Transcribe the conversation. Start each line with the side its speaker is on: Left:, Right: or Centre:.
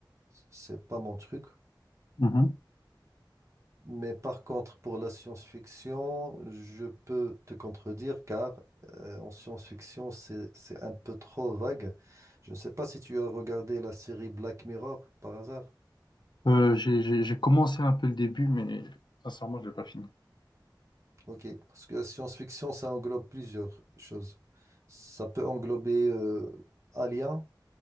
Right: C'est pas mon truc.
Left: Mhm.
Right: Mais par contre, pour la science-fiction, je peux te contredire car euh, en science-fiction, c'est, c'est un peu trop vague. Je ne sais pas si tu as regardé la série Black Mirror par hasard.
Left: Euh, j'ai, j'ai j'ai commencé un peu le début, mais sincèrement, je l'ai pas fini.
Right: Ok, parce que la science-fiction, ça englobe plusieurs choses. Ça peut englober euh, Alien,